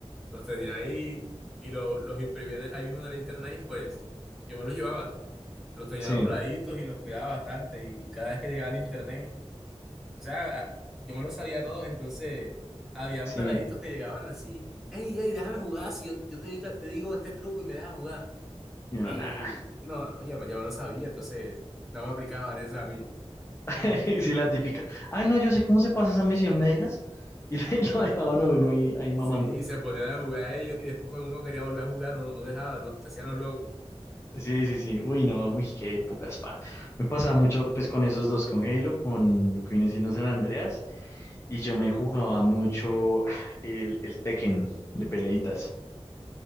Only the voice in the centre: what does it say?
Los tenía ahí y lo- los imprimía en- ahí mismo en el internet y pues yo me los llevaba. Los tenía
dobladitos y los cuidaba bastante y cada vez que llegaba al internet... O sea, a- yo me lo sabía a todos, entonces habían
peladitos que llegaban así, hey, hey, déjame jugar, si yo, yo te, te digo este truco y me dejas jugar.
Y
no, ya me, ya me lo sabía, entonces no me aplicaban esa a mí.
Y,
sí,
se ponían a jugar ellos y después cuando uno quería volver a jugar, no, no dejaban, no, se hacían los locos.
Me-